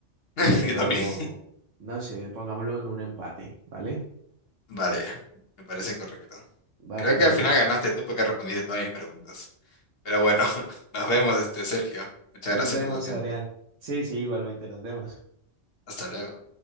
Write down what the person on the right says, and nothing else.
pero
no sé, pongámoslo en un empate, ¿vale?
Vale,
Adrián,
nos
Nos
vemos,
Adrián. Sí, sí, igualmente nos vemos.